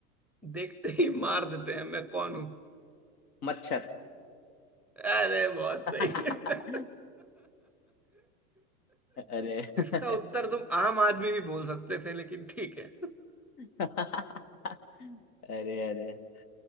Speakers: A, in the centre; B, on the left.
A: देखते ही मार देते हैं मैं कौन हूं
B: मच्छर
A: अरे बहुत
B: <laughs>
A: सही है।
B: अरे <laughs>
A: इसका उत्तर तुम आम आदमी भी बोल सकते थे लेकिन ठीक है
B: अरे अरे अरे